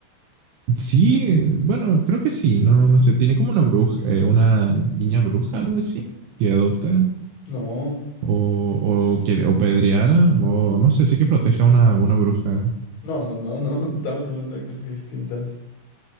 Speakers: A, on the right (about 80°); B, on the left (about 75°).
A: sí, bueno, creo que sí, no, no sé, tiene como una bruja, eh, una niña bruja, algo así, que adopta
B: No.
A: o, o que o pedreara, o no sé, sé que proteja a una, una bruja.
B: No, no, no, no, <laughs> estamos hablando de cosas distintas.